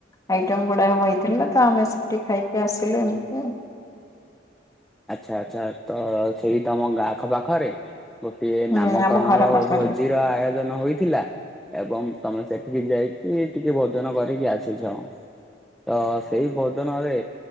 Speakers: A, on the left; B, in the centre.
A: ଆଇଟମ୍ ଗୁଡାକ ବଥିଲା ତ ଆମେ ସେଠି ଖାଇକି ଆସିଲୁ ଏମିତିଆ ଆଉ।
B: ଆଛା ଆଛା ତ ସେଇ ତମ ଗାଁ ଆଖ ପାଖରେ? ଗୋଟିଏ
A: ହୁଁ
B: ନାମକରଣର
A: ଆମ ଘର ପାଖରେ।
B: ଓ ଭୋଜିର ଆୟୋଜନ ହୋଇଥିଲା। ଏବଂ ତମେ ସେଠିକି ଯାଇକି ଟିକେ ଭୋଜନ କରିକି ଆସିଛ। ତ ସେଇ ଭୋଜନରେ